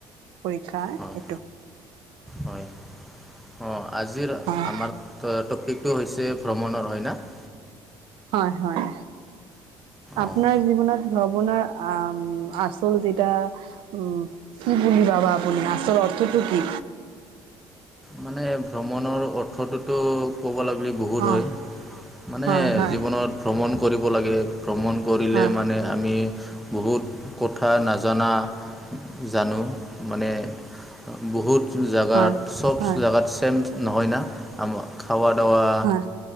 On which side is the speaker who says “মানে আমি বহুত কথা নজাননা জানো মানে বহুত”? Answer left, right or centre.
Centre